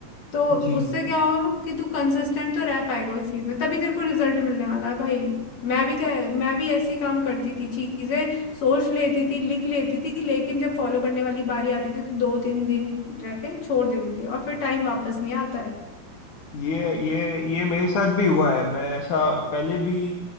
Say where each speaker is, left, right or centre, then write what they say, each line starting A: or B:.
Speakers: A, on the left; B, on the left.
A: तो
B: जी
A: उससे
B: जी
A: क्या होगा कि तू कंसिस्टेंट तो रह पाएगा उस चीज में तभी तेरे को रिजल्ट मिलने वाला है भाई मैं भी तो मैं भी ऐसी काम करती थी चीजें सोच लेती थी लिख लेती थी लेकिन जब फॉलो करने वाली बारी आती थी तो दो तीन दिन रह के छोड़ देती थी और फिर टाइम वापस नहीं आता है
B: ये ये ये मेरे साथ भी हुआ है मैं ऐसा पहले भी